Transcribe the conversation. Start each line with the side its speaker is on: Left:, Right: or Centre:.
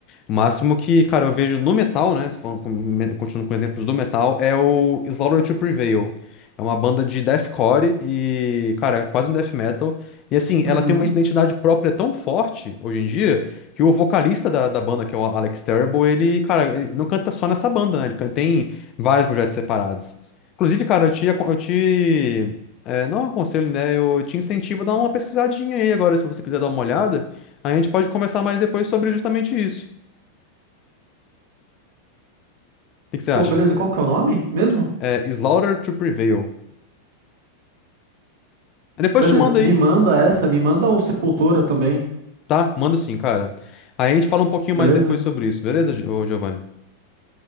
Left: O máximo que, cara, eu vejo no metal, né? tô falando com- me- Continuando com exemplos do metal, é o Slaughter to Prevail. É uma banda de deathcore e, cara, é quase um death metal. E assim,
Right: uhum.
Left: ela tem uma identidade própria tão forte hoje em dia que o vocalista da, da banda, que é o Alex Terrible, ele, cara, ele não canta só nessa banda, né? Ele can- tem vários projetos separados. Inclusive, cara, eu te, acon- eu te é, não aconselho, né? Eu te incentivo a dar uma pesquisadinha aí agora, se você quiser dar uma olhada. Aí a gente pode conversar mais depois sobre justamente isso. O que que você acha?
Right: Pô, beleza, qual que é o nome mesmo?
Left: É Slaughter to Prevail. Aí Depois
Right: Beleza,
Left: eu te manda
Right: me
Left: aí,
Right: manda essa, me manda o Sepultura também,
Left: tá? Manda sim, cara. Aí a gente fala um pouquinho
Right: beleza?
Left: mais depois sobre isso, beleza, Gi- ô Giovanni?